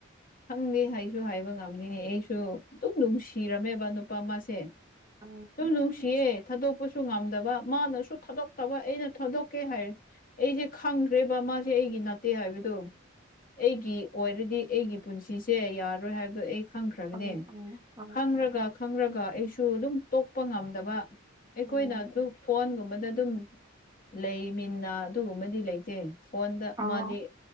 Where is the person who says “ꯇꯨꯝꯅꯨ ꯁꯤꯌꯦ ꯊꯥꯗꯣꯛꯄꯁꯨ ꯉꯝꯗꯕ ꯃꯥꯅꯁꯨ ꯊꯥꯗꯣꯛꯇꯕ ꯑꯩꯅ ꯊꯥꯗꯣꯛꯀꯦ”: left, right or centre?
Left